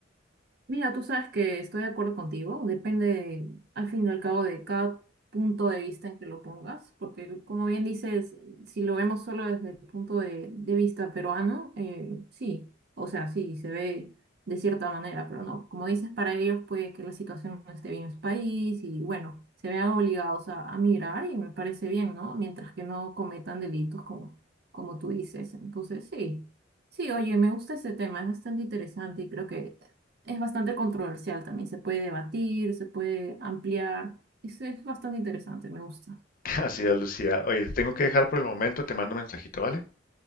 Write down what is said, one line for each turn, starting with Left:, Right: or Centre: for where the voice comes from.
Right: Mira, tú sabes que estoy de acuerdo contigo, depende al fin y al cabo de cada punto de vista en que lo pongas, porque como bien dices, si lo vemos solo desde el punto de, de vista peruano, eh, sí, o sea, sí, se ve de cierta manera, pero no, como dices, para ellos puede que la situación no esté bien en su país y bueno, se vean obligados a, a migrar y me parece bien, ¿no? Mientras que no cometan delitos como, como tú dices, entonces sí. Sí, oye, me gusta ese tema, es bastante interesante y creo que es bastante controversial también. Se puede debatir, se puede ampliar. Eso es bastante interesante, me gusta.
Left: <laughs> Así es, Lucía. Oye, te tengo que dejar por el momento, te mando un mensajito, ¿vale?